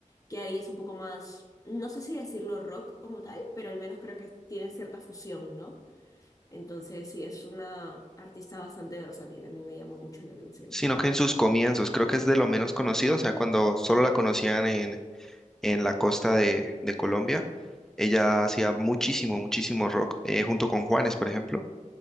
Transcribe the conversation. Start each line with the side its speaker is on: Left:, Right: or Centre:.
Left: Que ahí es un poco más, no sé si decirlo rock como tal, pero al menos creo que tiene cierta fusión, ¿no? Entonces, sí, es una artista bastante versátil. A mí me llama mucho la atención.
Centre: Sino que en sus comienzos, creo que es de lo menos conocido, o sea, cuando solo la conocían en, en la costa de, de Colombia, ella hacía muchísimo, muchísimo rock, eh, junto con Juanes, por ejemplo.